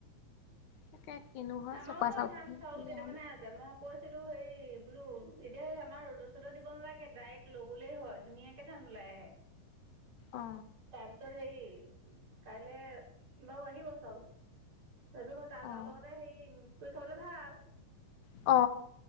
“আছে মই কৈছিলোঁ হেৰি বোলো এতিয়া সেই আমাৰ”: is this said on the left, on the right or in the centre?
Right